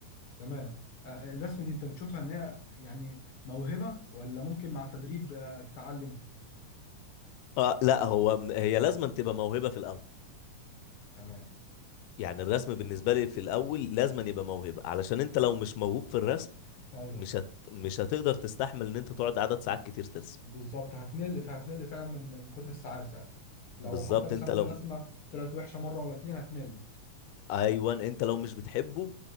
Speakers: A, on the left (about 65°); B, on the left (about 80°).
A: تمام آه، الرسم دي انت بتشوفها ان هي يعني موهبه ولا ممكن مع التدريب آه، تتعلم
B: اه لا هو هي لازما تبقى موهبة في الاول
A: تمام
B: يعني الرسم بالنسبة لي في الاول لازما يبقى موهبة علشان انت لو مش موهوب في الرسم
A: ايوه
B: مش هت... مش هتقدر تستحمل ان انت تقعد عدد ساعات كتير ترسم
A: بالظبط هتمل فهتمل فعلا من من كتر الساعات فعلا لو
B: بالظبط
A: حتى رسمت
B: انت لو
A: رسمه طلعت وحشه مره ولا اتنين هتمل
B: ايوه انت لو مش بتحبه